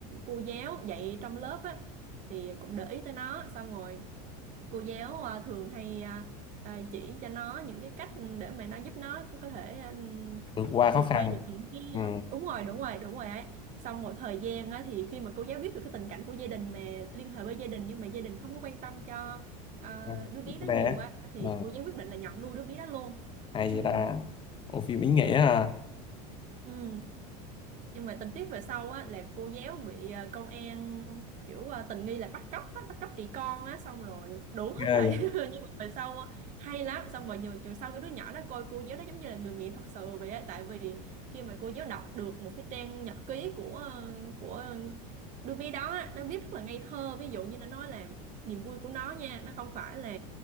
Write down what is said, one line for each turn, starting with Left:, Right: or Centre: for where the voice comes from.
Right: cô giáo dạy trong lớp á thì cũng để ý tới nó xong rồi cô giáo à, thường hay à, à, chỉ cho nó những cái cách để mà nó giúp nó có thể à,
Left: vượt qua
Right: vượt
Left: khó khăn
Right: qua được những cái
Left: ừ.
Right: à, đúng rồi đúng rồi đúng rồi ấy xong rồi thời gian á, thì khi mà cô giáo biết được cái tình cảnh của gia đình mà liên hệ với gia đình nhưng mà gia đình không có quan tâm cho à,
Left: Con
Right: đứa bé đó
Left: bé
Right: nhiều á thì
Left: ừ.
Right: cô giáo quyết định là nhận nuôi đứa bé đó luôn
Left: hay
Right: <laughs>
Left: vậy ta Ủa phim ý nghĩa à
Right: ừ. nhưng mà tình tiết về sau á là cô giáo bị ờ, công an kiểu ờ, tình nghi là bắt cóc á, bắt cóc trẻ con á xong rồi đủ hết
Left: ghê
Right: rồi
Left: vậy
Right: <laughs> nhưng mà về sau ờ, hay lắm xong rồi nhiều trường sau cái đứa nhỏ đó coi cô giáo đó giống như là người mẹ thật sự vậy á tại vì khi mà cô giáo đọc được một cái trang nhật ký của ờ, của đứa bé đó á, nó viết rất là ngây thơ ví dụ như là nói là niềm vui của nó nha nó không phải là